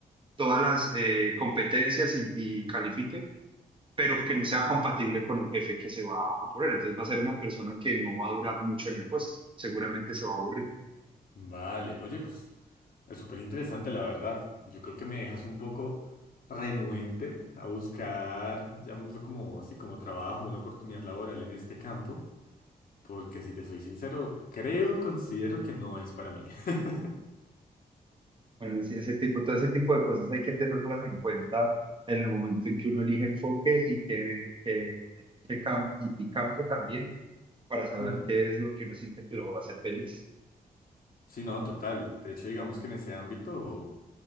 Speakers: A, on the right; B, on the left.
A: todas las eh, competencias y, y califique, pero que no sea compatible con el jefe que se va a poner. Entonces va a ser una persona que no va a durar mucho en el puesto, seguramente se va a aburrir.
B: vale. Oye, pues... Es súper interesante, la verdad. Yo creo que me dejas un poco renuente a buscar, llamémoslo como, sí, como trabajo, una oportunidad laboral en este campo, porque si te soy sincero, creo, considero que no es para mí. <laughs>
A: Bueno, sí, ese tipo, todo ese tipo de cosas hay que tenerlas en cuenta en el momento en que uno elige enfoque y que, que- que cam- y, y campo también para saber
B: Hmm.
A: qué es lo que uno siente que lo va a hacer feliz.
B: Sí, no, total. De hecho, digamos que en ese ámbito,